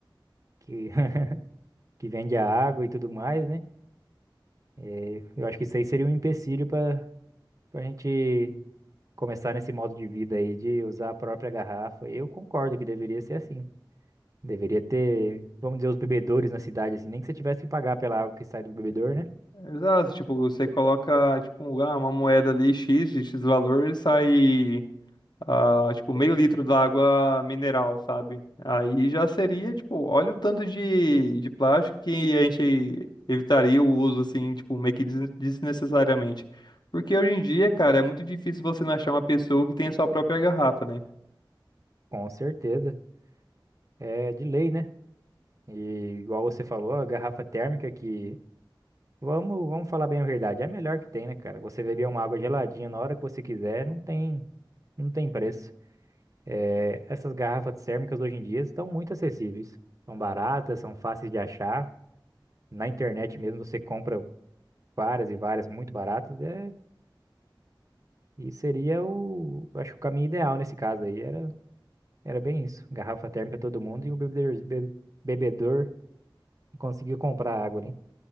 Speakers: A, on the right (about 40°); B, on the left (about 60°).
A: que, <laughs> que vende a água e tudo mais, né? É, eu acho que isso aí seria um empecilho para a gente começar nesse modo de vida aí de usar a própria garrafa. Eu concordo que deveria ser assim. Deveria ter, vamos dizer, os bebedores na cidade, assim, nem que você tivesse que pagar pela água que sai do bebedor, né?
B: Exato, tipo, você coloca tipo, um, ah, uma moeda ali X de X valor e sai ah, tipo, meio litro da água mineral, sabe? Aí já seria, tipo, olha o tanto de, de plástico que a gente evitaria o uso, assim, tipo, meio que des- desnecessariamente. Porque hoje em dia, cara, é muito difícil você não achar uma pessoa que tenha sua própria garrafa, né?
A: Com certeza. É de lei, né? E igual você falou, a garrafa térmica que Vamos, vamos falar bem a verdade. É a melhor que tem, né, cara? Você beber uma água geladinha na hora que você quiser, não tem, não tem preço. É, essas garrafas térmicas hoje em dia estão muito acessíveis. São baratas, são fáceis de achar. Na internet mesmo você compra várias e várias muito baratas. É, e seria o, eu acho que o caminho ideal nesse caso aí era, era bem isso. Garrafa térmica todo mundo e o bebedor, be- bebedor que conseguiu comprar água ali.